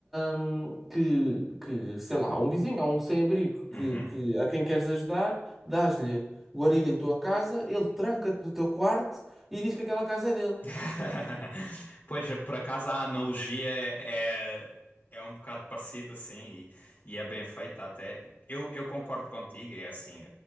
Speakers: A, in the centre; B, on the left (about 45°).
A: hum, que, que, sei lá, um vizinho ou um sem-abrigo que,
B: uhum.
A: que a quem queres ajudar, dás-lhe guarida em tua casa, ele tranca-te no teu quarto e diz que aquela casa é dele.
B: <laughs> Pois, por acaso a analogia é, é é um bocado parecida, assim, e, e é bem feita até. Eu, eu concordo contigo, é assim,